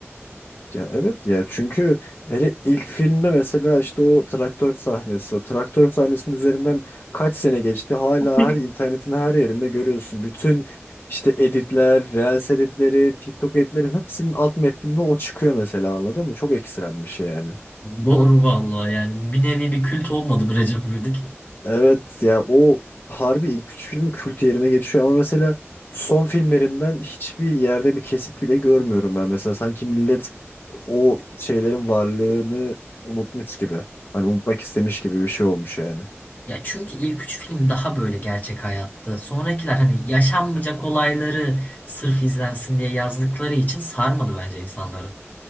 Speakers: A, on the left (about 50°); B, on the left (about 35°).
A: Ya evet ya çünkü hele ilk filmde mesela işte o traktör sahnesi, o traktör sahnesinin üzerinden kaç sene geçti hala
B: <laughs>
A: her internetin her yerinde görüyorsun. Bütün işte editler, Reels editleri, TikTok editleri hepsinin alt metninde o çıkıyor mesela anladın mı? Çok ekstrem bir şey yani.
B: Doğru vallahi yani. Bir nevi bir kült olmadı mı Recep İvedik?
A: Evet ya o harbi ilk üç filmi kült yerine geçiyor ama mesela son filmlerinden hiçbir yerde bir kesit bile görmüyorum ben. Mesela sanki millet o şeylerin varlığını unutmuş gibi. Hani unutmak istemiş gibi bir şey olmuş yani.
B: Ya çünkü ilk üç film daha böyle gerçek hayatta. Sonrakiler hani yaşanmayacak olayları sırf izlensin diye yazdıkları için sarmadı bence insanları.